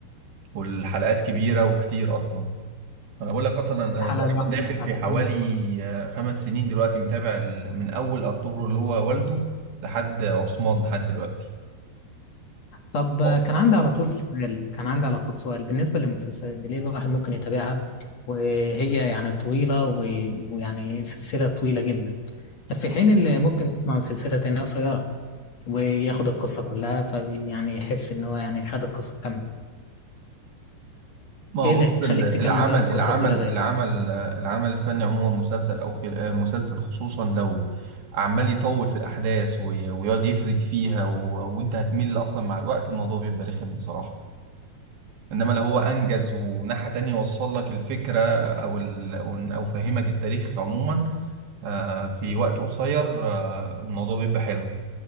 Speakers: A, on the right; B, on the left.
A: والحلقات كبيرة وكتير أصلا أنا بقول لك أصلا أنا
B: الحلقه
A: تقريبا
B: الواحده
A: داخل
B: ساعتين
A: في حوالي
B: ونص
A: آه، خمس سنين دلوقتي متابع ال- من أول أرطغرل اللي هو والده لحد عثمان لحد دلوقتي
B: طب آه،
A: واو.
B: كان عندي على طول سؤال كان عندي على طول سؤال بالنسبة للمسلسلات دي ليه الواحد ممكن يتابعها وهي يعني طويلة و... ويعني سلسلة طويلة جدا في حين اللي ممكن يسمع سلسلة تانية قصيرة وياخد القصة كلها فيعني يحس إن هو يعني خد القصة كاملة
A: ما هو
B: إيه اللي
A: بص ال-
B: يخليك تكمل
A: العمل
B: بقى في قصة
A: العمل
B: طويلة زي
A: العمل
B: كده
A: آه، العمل الفني عموما مسلسل او في آه، مسلسل خصوصا لو عمال يطول في الاحداث وي- ويقعد يفرد فيها و- وانت هتمل اصلا مع الوقت الموضوع بيبقى رخم بصراحه انما لو هو انجز ومن ناحيه تانية وصل لك الفكره او ال او أو فهمك التاريخ عموما آه، في وقت قصير آه، الموضوع بيبقى حلو